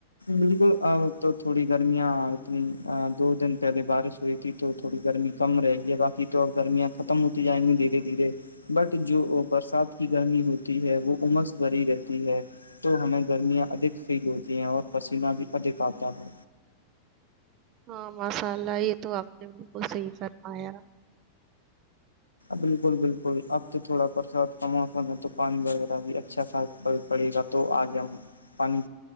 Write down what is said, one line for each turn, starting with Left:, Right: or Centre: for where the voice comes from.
Left: بالکل ا تو تھوڑی گرمیاں اتنی دو دن پہلے بارش ہوئی تھی تو تھوڑی گرمی کم رہے گی باقی تو ا گرمیاں ختم ہوتی جائیں گی دھیرے دھیرے بٹ جو برسات کی گرمی ہوتی ہے وہ عمس بری رہتی ہے تو ہمیں گرمیاں ادھک فیل ہوتی ہیں اور پسینہ بھی ادھک آتا ہو
Right: ہاں مسالءلہ یہ تو آپ نے بالکل صحی فرمایا
Left: بالکل بالکل اب تو تھوڑا برسات کا موسم ہے تو پانی وغیرہ بھی اچھا خا پڑے گا تو آج ہم پانی